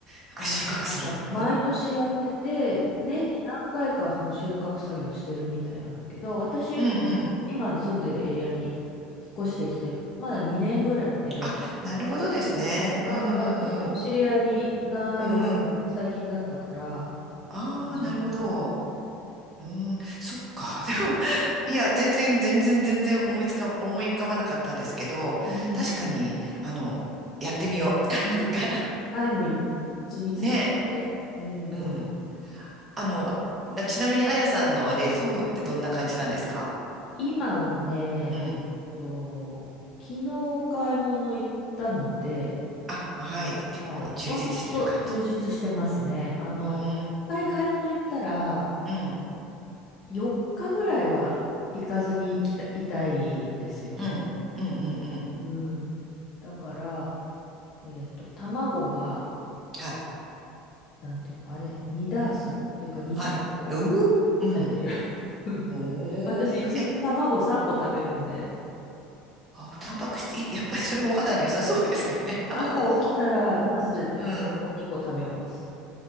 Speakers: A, on the right; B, on the left.
A: なんか収穫するな
B: あー、でもなんか、毎年やってて、年に何回かその収穫作業してるみたいなんだけど、私、
A: うんうん。うんうん
B: 今住んでるエリアに引っ越してきて、まだ2年ぐらいで、
A: あ、なるほどですね。
B: そうなかなかそのお知り合いになるのが最近だったから、
A: うんうんうん。うんうん。ああ、
B: 初めてだったんですよね。
A: なるほど。うん、そっか。<laughs> でも、いや、全然、全然、全然思いつか、思い浮かばなかったんですけど、
B: うん
A: 確かに、あの、やってみよう。
B: うんうん。
A: <laughs> なんか、
B: タイムリー、蜂蜜とか言って。
A: ね、
B: うん。
A: うん。あの、なちなみに、あやさんの冷蔵庫ってどんな感じなんですか
B: うん。今はね、えっと、
A: うん。
B: 昨日お買い物行ったので、
A: あ、はい。結構充実してる感じ。
B: はい。割と充実してますね。あの、
A: うーん、
B: 一回買い物行ったら、
A: うん、
B: 4日ぐらいは行かずに行きた、いたいんですよね。
A: うん、うん、うん、うん。
B: うん。だから、えっと、卵が、
A: はい、
B: なんていうの、あれ、2ダースっていうか20個
A: はい。うーうん。
B: 入ってる。<laughs>
A: おー。
B: 私、1日卵3個食べるんで、
A: え、あ、タンパク質いい、<laughs> やっぱりそれもお肌に良さそうですよね。<laughs> 卵も。
B: 朝起きたら、まず卵2個食べます。
A: うん。